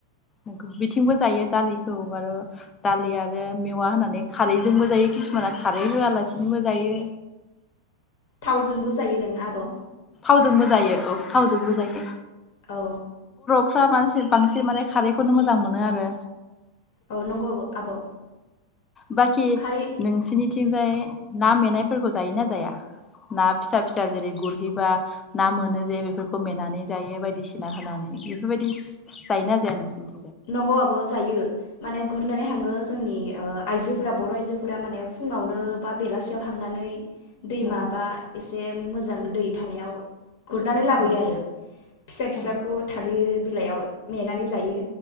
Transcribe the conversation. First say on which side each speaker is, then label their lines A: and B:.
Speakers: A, on the left (about 20°); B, on the left (about 65°).
A: नोगौ बिथिंबो जायो दालिखौ बारो' दालि आरो मेवा होनानै खारैजोंबो जायो किसुमाना खारै होयालासिनोबो जायो।
B: थावजोंबो जायो दाना आब'
A: थावजोंबो जायो औ थावजोंबो जायो।
B: औ
A: फ्रा बांसि-बांसिन माने खारैखौनो मोजां मोनो आरो।
B: औ नंगौ आब'
A: बाखि
B: खारै
A: नोंसिनि थिंजाय ना मे‌ नायफोरखौ जायोना जाया? ना फिसा फिसा जेरै गुरहैबा ना मोनो जे बेफोरखौ मेनानै जायो बायदिसिना होनानै बेफोरबायदि जायोना जाया नोंसिनिथिं
B: नंगौ आब' जायो माने गुरनानै हांङो जोंनि ओ आइजोफोरा बर' आइजोफोरा माने फुंङावनो बा बेलासियाव हांनानै दै
A: नंगौ
B: माबा एसे उम मोजां दै थानायाव गुरनानै लाबोयो
A: उम
B: आरो फिसा फिसाखौ
A: औ
B: थालिर बिलाइयाव मेना नै जायो।